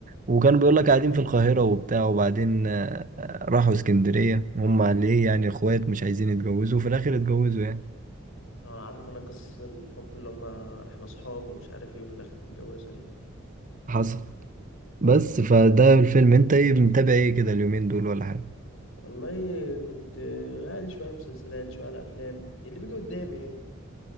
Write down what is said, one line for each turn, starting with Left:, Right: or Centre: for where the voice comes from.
Right: وكانوا بيقول لك قاعدين في القاهرة وبتاع وبعدين آه، آه، راحوا اسكندرية هم ليه يعني اخوات مش عايزين يتجوزوا وفي الاخر اتجوزوا يعني
Left: اه عارف انا قصص الحب اللي هما احنا صحاب ومش عارف ايه وفي الاخر بيتجوزوا يعني
Right: حصل بس فده الفيلم انت ايه متابع ايه كده اليومين دول ولا حاجة
Left: والله كنت آه، يعني شوية مسلسلات شوية على افلام يعني اللي بيجي قدامي يعني